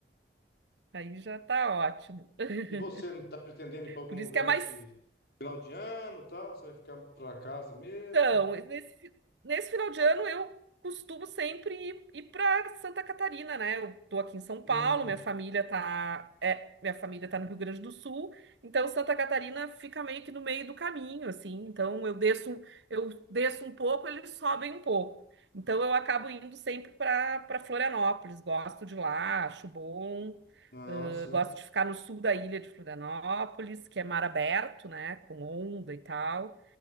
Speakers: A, on the right (about 80°); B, on the left (about 60°).
A: aí já tá ótimo. <laughs>
B: E você não está pretendendo ir para algum
A: Por
B: lugar
A: isso que é mais
B: esse final de ano, tal? Você vai ficar para casa mesmo?
A: Então, nesse, nesse final de ano eu costumo sempre ir, ir para Santa Catarina, né? Eu tô aqui em São
B: Hum,
A: Paulo, minha família tá, é, minha família tá no Rio Grande do Sul, então Santa Catarina fica meio que no meio do caminho, assim. Então eu desço, um- eu desço um pouco, eles sobem um pouco. Então eu acabo indo sempre para para Florianópolis, gosto de lá, acho bom.
B: ah,
A: ãh,
B: sim.
A: gosto de ficar no sul da ilha de Florianópolis, que é mar aberto, né? Com onda e tal